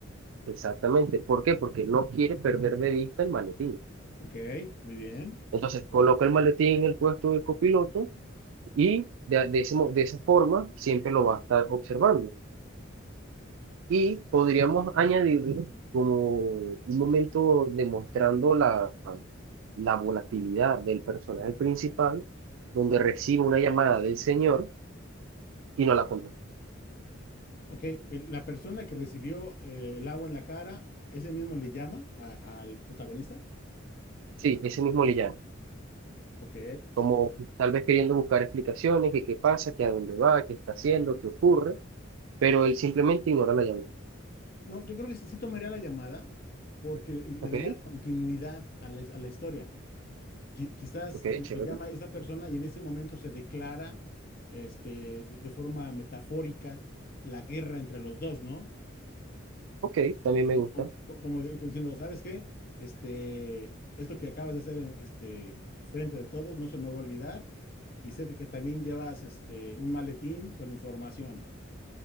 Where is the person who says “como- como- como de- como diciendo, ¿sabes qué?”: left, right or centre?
Left